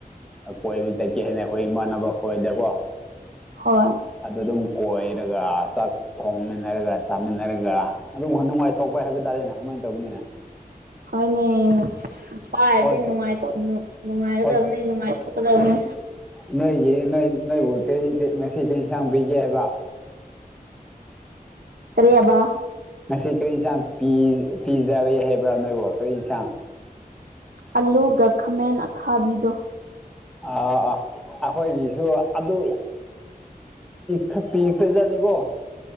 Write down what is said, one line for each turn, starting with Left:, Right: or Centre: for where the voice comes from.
Centre: ꯀꯣꯏꯕ ꯆꯠꯀꯦ ꯍꯥꯏꯅ ꯑꯩꯈꯣꯏ ꯏꯃꯥꯟꯅꯕ ꯈꯣꯏꯗꯀꯣ
Right: ꯍꯣꯏ
Centre: ꯑꯗꯨ ꯑꯗꯨꯝ ꯀꯣꯏꯔꯒ ꯊꯣꯡꯃꯤꯟꯅꯔꯒ ꯆꯥꯃꯤꯟꯅꯔꯒ ꯑꯗꯨꯝ ꯅꯨꯡꯉꯥꯏꯊꯣꯛꯄ ꯍꯥꯏꯕ ꯇꯥꯔꯦꯅꯦ ꯁꯃꯥꯏꯅ ꯇꯧꯕꯅꯤꯅ
Right: ꯍꯣꯏꯅꯦ ꯅꯨ ꯄ ꯍꯥꯏꯕꯕꯁꯤꯅꯨꯡꯉꯥꯏ
Centre: ꯍꯣꯏ
Right: ꯅꯨꯡꯉꯥꯏꯒꯗꯕꯅꯤ
Centre: ꯍꯣꯏ
Right: ꯅꯨꯡꯉꯥꯏꯊꯣꯛ ꯀꯗꯅꯤ
Centre: ꯅꯣꯏꯒꯤ ꯅꯣꯏ ꯅꯣꯏꯕꯨ ꯀꯔꯤ ꯉꯁꯤ ꯀ ꯏꯟꯁꯥꯡ ꯄꯤꯒꯦ ꯍꯥꯏꯕ
Right: ꯀꯔꯤꯌꯥꯕꯕꯥ
Centre: ꯉꯁꯤ ꯀꯔꯤ ꯌꯦꯟꯁꯥꯡ ꯄꯤꯖꯔꯦ ꯍꯥꯏꯕ꯭ꯔꯥ ꯅꯣꯏꯕꯣ ꯀꯔꯤ ꯌꯦꯟꯁꯥꯡ
Right: ꯑꯂꯨ ꯒ ꯈꯃꯦꯟ ꯑꯈꯥꯕꯤꯗꯣ
Centre: ꯑꯥ ꯑꯥ ꯑꯩꯈꯣꯏꯒꯤꯁꯨ ꯑꯗꯨ ꯄ ꯄꯤꯛꯈ꯭ꯔꯦꯖꯅꯤꯀꯣ